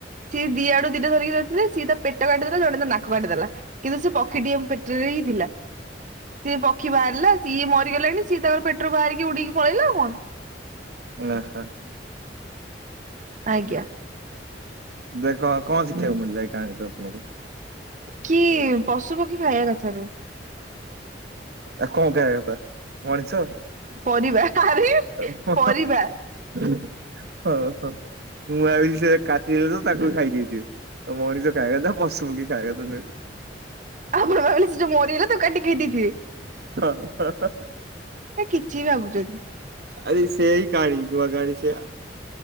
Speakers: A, on the right; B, on the right.
A: ସିଏ ଦିଆ ଆଡୁ ଦିଟା ଧରିକି ଧରିଥିଲେ ସିଏ ତା ପେଟ କାଟିଦେଲା ଜଣେ ତା ନା ଟି ଦେଲା କିନ୍ତୁ ସେ ପକ୍ଷୀଟି ପେଟରେ ହିଁ ଥିଲା ସେ ପକ୍ଷି ବାହାରିଲା ସିଏ ମରିଗଲାଣି ସିଏ ତାଙ୍କର ପେଟରୁ ବାହାରିକି ଉଡିକି ପଳେଇଲା ଆଉ କଣ?
B: ଓ ହୋ।
A: ଆଜ୍ଞା।
B: ଦେଖ କଣ ଶିଖିବାକୁ ମିଳିଲା ଏଇ କାହାଣୀ ରୁ ଆପଣଙ୍କୁ?
A: କି ପଶୁ ପକ୍ଷୀ ଖାଇବା କଥାରୁ
B: ଆଉ କଣ ଖାଇବା କଥା ମଣିଷ?
A: ପରିବା ଆରେ
B: ହ
A: ପରିବା
B: <inaudible> ଓ ହୋ ମୁଁ ସେ କାଟିଦେଲେ ତ ତାକୁ ଖାଇଦେଇଥିବେ। ମଣିଷ ଖାଇବା କଥା ପଶୁ, ପକ୍ଷୀ ଖାଇବା କଥା ନୁହେଁ।
A: ଆପଣ ଭାବିଲେ ସେ ଯୋଉ ମରିଗଲା ତାକୁ କାଟିକି ଦେଇଥିବେ?
B: ହ ହ।
A: ହେ କିଛି ଭାବୁଛନ୍ତି
B: ଆରେ ସେଇ କାଢି ଦୁଆ କାଢି ସେ